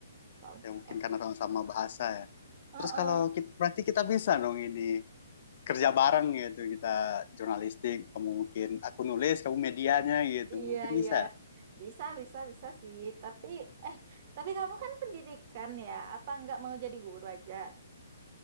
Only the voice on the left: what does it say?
Ya, mungkin
karena sama-sama bahasa ya.
Terus kalau kita, berarti kita bisa dong ini kerja bareng gitu, kita jurnalistik, kamu mungkin aku nulis, kamu medianya gitu,
mungkin
bisa.